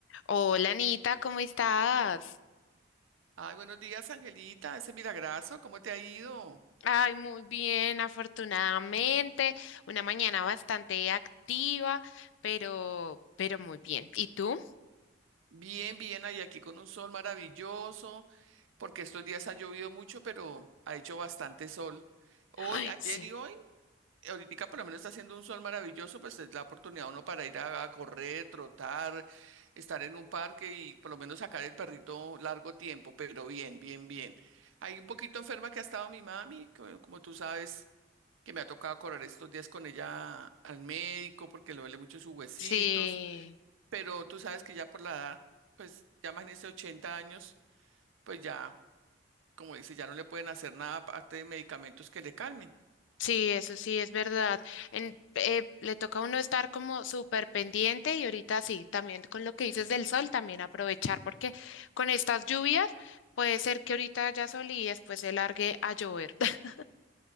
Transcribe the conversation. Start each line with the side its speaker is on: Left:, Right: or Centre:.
Left: Hola Anita, ¿cómo estás?
Right: Ay, buenos días, Angelita, ese milagrazo, ¿cómo te ha ido?
Left: Ay, muy bien, afortunadamente. Una mañana bastante activa, pero, pero muy bien. ¿Y tú?
Right: Bien, bien, ahí aquí con un sol maravilloso, porque estos días ha llovido mucho, pero ha hecho bastante sol. Hoy,
Left: Ay,
Right: ayer
Left: sí.
Right: y hoy ahorita por lo menos está haciendo un sol maravilloso, pues es la oportunidad uno para ir a, a correr, trotar, estar en un parque y por lo menos sacar el perrito largo tiempo, pero bien, bien, bien. Hay un poquito enferma que ha estado mi mami, co- como tú sabes, que me ha tocado correr estos días con ella al médico porque le duele mucho sus huesitos,
Left: Sí,
Right: pero tú sabes que ya por la edad, pues ya más en ese 80 años, pues ya, como dice, ya no le pueden hacer nada aparte de medicamentos que le calmen.
Left: sí, eso sí es verdad. En- eh, le toca a uno estar como súper pendiente y ahorita sí, también con lo que dices del sol, también aprovechar porque con estas lluvias puede ser que ahorita ya sol y después se largue a llover. <laughs>